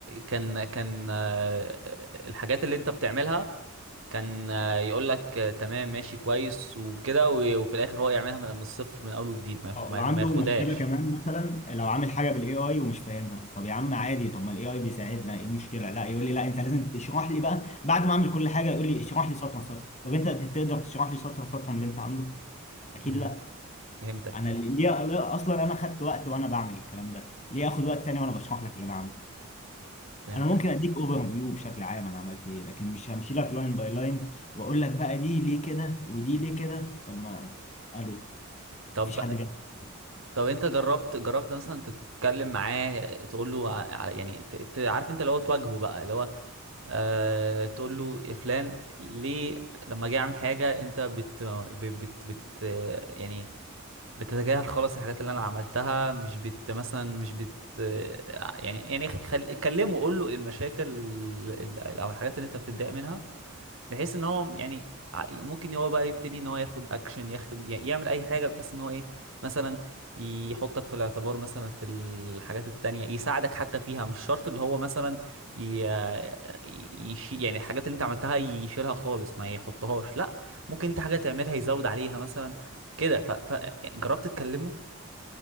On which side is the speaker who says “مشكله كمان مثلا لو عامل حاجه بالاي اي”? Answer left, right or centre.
Left